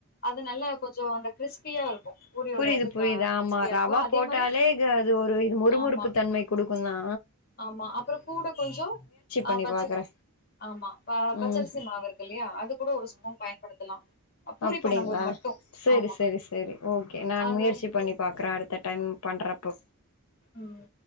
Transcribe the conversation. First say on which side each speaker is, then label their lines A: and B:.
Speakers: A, on the left; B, on the left.
A: அது நல்லே கொஞ்சோ அந்த க்ரிஸ்பியா இருக்கு பூரியோட
B: புரியுது
A: இது
B: புரியுது
A: க
B: ஆமா
A: கிறிஸ்பியா
B: ரவா
A: இருக்கு அதே
B: போட்டாலே
A: மாரி
B: க து ஒரு இது மொறு
A: ஆமா
B: மொறுப்பு தன்மை குடுக்குன்னா
A: ஆமா அப்ற கூட கொஞ்சோ ஆ
B: பண்ணி
A: பச்ச
B: பாக்குறே
A: ஆமா பா
B: ம்
A: பச்சரிசி மாவு இருக்கில்யா அது கூட ஒரு ஸ்பூன் பயன்படுத்தலா பூரி
B: அப்படிங்ளா
A: பண்ணும் போது மட்டு
B: சேரி
A: ஆமா
B: சேரி சேரி ஓகே நான்
A: அது
B: முயற்சி பண்ணி பாக்ற அடுத்த டைம் பண்றப்போ
A: ம்